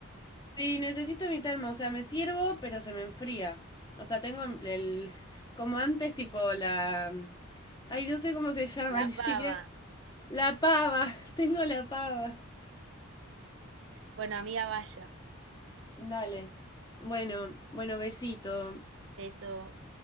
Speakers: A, on the left (about 20°); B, on the right (about 60°).
A: Sí, necesito evitarme, o sea, me sirvo, pero se me enfría. O sea, tengo el, el- como antes, tipo la... mm, Ay, no sé cómo se llama,
B: la
A: <laughs> ni siquiera...
B: pava.
A: La pava, <laughs> tengo la pava.
B: Bueno, amiga, vaya.
A: Dale. Bueno, bueno, besito.
B: Beso.